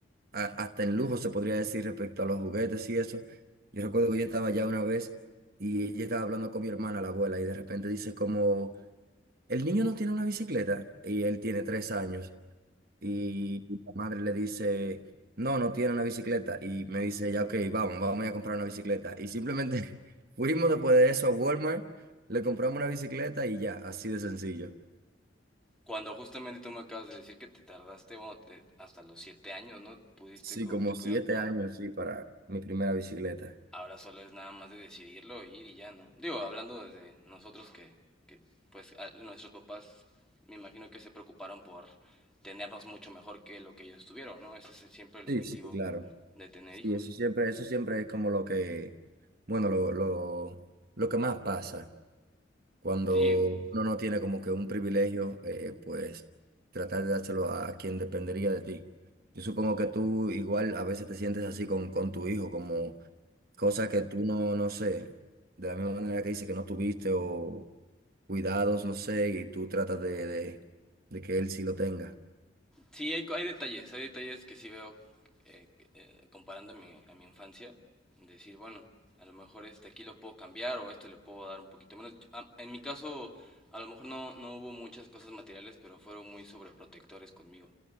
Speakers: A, on the right; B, in the centre.
A: a- hasta en lujo se podría decir respecto a los juguetes y eso. Yo recuerdo que yo estaba allá una vez y ella estaba hablando con mi hermana, la abuela, y de repente dice como... El niño no tiene una bicicleta y él tiene tres años y la madre le dice, no, no tiene una bicicleta y me dice, ya, ok, vamos, vamos a a comprar una bicicleta. Y simplemente <laughs> fuimos después de eso a Walmart, le compramos una bicicleta y ya, así de sencillo.
B: Cuando justamente tú me acabas de decir que te tardaste, bueno, te- hasta los siete años, ¿no? Pudiste,
A: Sí,
B: co-
A: como
B: te pudieron
A: siete
B: comprar
A: años, sí, para mi primera bicicleta.
B: Ahora solo es nada más de decidirlo, ir y ya, ¿no? Digo, hablando desde nosotros que, que pues a- nuestros papás me imagino que se preocuparon por tenernos mucho mejor que lo que ellos tuvieron, ¿no? Ese es siempre el
A: Sí,
B: objetivo
A: sí, claro.
B: de tener
A: Sí,
B: hijos.
A: eso siempre, eso siempre es como lo que, bueno, lo, lo, lo que más pasa. Cuando
B: Sí,
A: uno no tiene como que un privilegio, eh, pues tratar de dárselo a quien dependería de ti. Yo supongo que tú igual a veces te sientes así con, con tu hijo, como cosas que tú no, no sé, de la misma manera que dice que no tuviste o cuidados, no sé, y tú tratas de, de, de que él sí lo tenga.
B: sí, hay, hay detalles, hay detalles que sí veo eh, eh, comparando a mi, a mi infancia, decir, bueno, a lo mejor este aquí lo puedo cambiar o esto le puedo dar un poquito menos. Ah, En mi caso, a lo mejor no, no hubo muchas cosas materiales, pero fueron muy sobreprotectores conmigo.